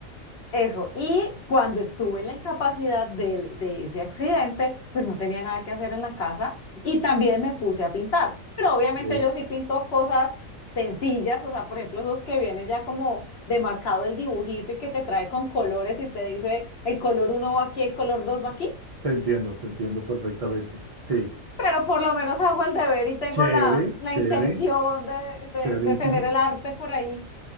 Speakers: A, on the left; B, on the right.
A: eso, y cuando estuve en la incapacidad del- de, ese accidente, pues no tenía nada que hacer en la casa y también me puse a pintar. Pero obviamente
B: ok.
A: yo sí pinto cosas sencillas, o sea, por ejemplo, esos que vienen ya como demarcado el dibujito y que te trae con colores y te dice el color uno va aquí, el color dos va aquí,
B: Te entiendo, te entiendo perfectamente. Sí.
A: pero por lo menos hago el deber y tengo
B: Chévere,
A: la, la
B: chévere,
A: intención de, de
B: chéverísimo.
A: de tener el arte por ahí.